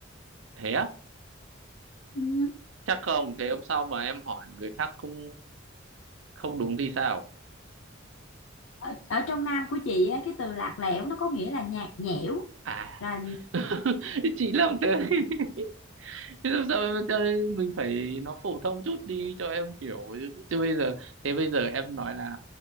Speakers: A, on the right (about 75°); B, on the left (about 80°).
A: thế á?
B: Ừ.
A: Chắc không, thế hôm sau mà em hỏi người khác không không đúng thì sao?
B: Ở, ở trong Nam của chị á, cái từ lạc lẽo nó có nghĩa là nhạt nhẽo
A: À,
B: là
A: <laughs> chị làm thế. <laughs> Thế Làm sao em cho mình phải nó phổ thông chút đi cho em hiểu chứ. Chứ bây giờ thế bây giờ em nói là